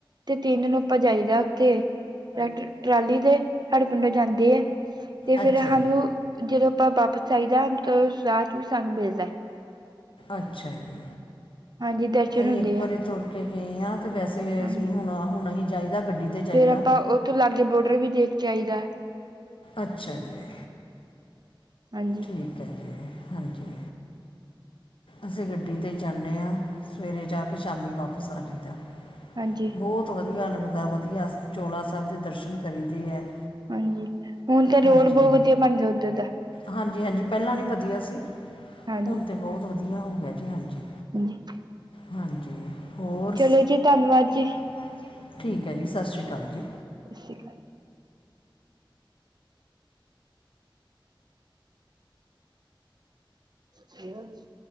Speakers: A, on the right; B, on the left.
A: ਤੇ ਤਿੰਨ ਦਿ ਨੂੰ ਆਪਾਂ ਜਾਈਦਾ ਉੱਥੇ। ਟੈਕਟਰ-ਟਰਾਲੀ ਤੇ, ਸਾਡੇ ਪਿੰਡੋਂ ਜਾਂਦੇ ਹੈ। ਤੇ ਫੇਰ
B: ਅੱਛਾ
A: ਸਾਨੂੰ,
B: ਜੀ।
A: ਜਦੋਂ ਆਪਾਂ ਵਾਪਸ ਆਈਦਾ ਰਾਹ 'ਚ ਵੀ ਪ੍ਰਸਾਦ ਮਿਲਦਾ।
B: ਅੱਛਾ ਜੀ।
A: ਹਾਂਜੀ। ਦਰਸ਼ਨ
B: ਅਸੀਂ
A: ਹੁੰਦੇ
B: ਇਕ
A: ਆ
B: ਵਾਰੀ ਤੁਰ ਕੇ ਗਏ ਹਾਂ, ਤੇ ਵੈਸੇ
A: ਹਾਂਜੀ
B: ਅਸੀ ਹੁਣ-ਹੁਣ ਅਸੀ ਜਾਈਦਾ ਗੱਡੀ ਤੇ ਜਾਹੀਦਾ,
A: ਫੇਰ ਆਪਾਂ ਉੱਥੋਂ ਲਾਗੇ ਬੋਡਰ ਵੀ ਦੇਖ ਕੇ ਆਈਦਾ
B: ਅਛਾ ਜੀ।
A: ਹਾਂਜੀ-
B: ਠੀਕ ਹੈ ਜੀ, ਹਾਂਜੀ। ਅਸੀ ਗੱਡੀ 'ਤੇ ਜਾਦੇ ਹਾਂ। ਸਵੇਰੇ ਜਾ ਕੇ, ਸ਼ਾਮੀ ਵਾਪਸ ਆ ਜਈਦਾ।
A: ਹਾਂਜੀ
B: ਬਹੁਤ ਵਧੀਆ ਲਗਦਾ, ਵਧੀਆ ਚੋਲਾ ਸਾਹਿਬ ਦੇ ਦਰਸ਼ਨ ਕਰੀਦੇ ਹੈ।
A: ਹਾਂਜੀ, ਹੁਣ ਤਾਂ ਰੋਡ
B: ਹਾਂਜੀ।
A: ਬਹੁਤ ਵਧੀਆ ਬਣ ਗਿਆ ਉਧਰ ਦਾ।
B: ਹਾਂਜੀ- ਹਾਂਜੀ, ਪਹਿਲਾ ਨਹੀ ਵਧੀਆ ਸੀ।
A: ਹਾਂਜੀ
B: ਹੁਣ ਤਾਂ ਬਹੁਤ ਵਧੀਆ ਹੋ ਗਿਆ ਜੀ, ਹਾਂਜੀ।
A: <unintelligible>
B: ਹਾਂਜੀ ਹੋਰ,
A: ਚਲੋ ਜੀ ਧੰਨਵਾਦ ਜੀ ਸਤਿ
B: ਧੰਵਾਦ ਠੀਕ ਹੈ ਜੀ, ਸਤਿ ਸ਼੍ਰੀ ਅਕਾਲ ਜੀ।
A: ਠੀਕ ਹੈ। ਕਿ <unintelligible>